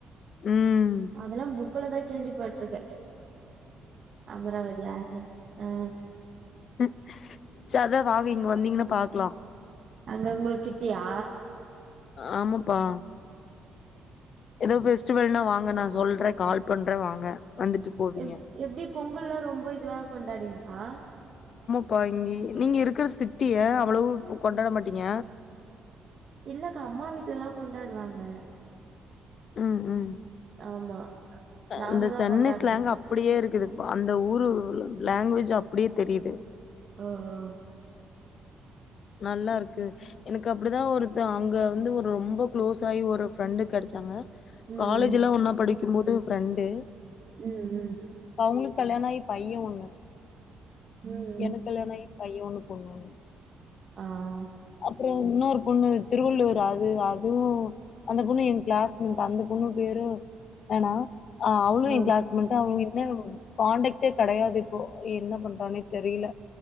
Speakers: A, on the left (about 60°); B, on the right (about 50°).
A: ம்
B: அதெல்லா புக்குலதான் கேள்விப்பட்டுருக்கேன் அமராாவதி ஆறு அஹ்
A: <inaudible> ச் அதான் வாங்கயிங்க வந்தீங்கன்னா பாக் லாம் <unintelligible>
B: அங்க உங்க கிட்டியா
A: ஆமாப்பா ஏதோ பெஃஸ்டிவல் வாங் ங்க நான் சொல்றே கால் பண்றே வாங்க வந்துட்டு போவீங்க
B: எ எப்டி பொங்கல் எல்லாம் ரொம்ப இதுவா கொண்டாடுவீங்களா
A: பா இங்க நீங்க இருக்கிற சிட்டிய அவ்வளவு கொண்டாட மாட்டீங்க
B: இல்லக்கா அம்மா வீட்டு்ல லாம் கொண்டாடுவாங்க
A: ம் ம்
B: ஆமா நாங்க
A: இந்த
B: தா
A: சென்னை
B: கொண்டாட
A: ஸ்லாங்
B: மாட்டோ
A: அப்படியே இருக்குது அந்த ஊரு லேங்குவேஜ் அப்படியே தெரியிது
B: ஓ ஓ
A: நல்லா இருக்கு எனக்கு அப்படிதான் ஒருத்தன் அங்க வந்து ஒரு ரொம்ப க்ளோஸ் ஆயி ஒரு ஃப்ரெண்டு கிடைச்சாங்க
B: ம்
A: காலேஜ்லாம் ஒன்னா படிக் <unintelligible> ஃபிரெண்ட்டு
B: ம் ம்
A: அவங்களுக்கு கல்யாணோ ஆயி பையன் ஒண்ணு
B: ம் ம் ம்
A: எனக்கல்யண ஆய் பைய ஒனு பொண்ணு ஒன்னு
B: ஆஹ்
A: அப்றோ இன்னொரு பொண்ணு திருவள்ளூர் அது அதுவு அந்த பொண்ணு எங்க கிளாஸ்மேட் அந்த பொண்ணு பேரு என்னனா ஆஹ் அவளு
B: ஆ
A: என் கிாஸ்மேட் தா <unintelligible> காண்டக்ட்டே கிடையாது இப்போ என்ன பண்றானே தெரில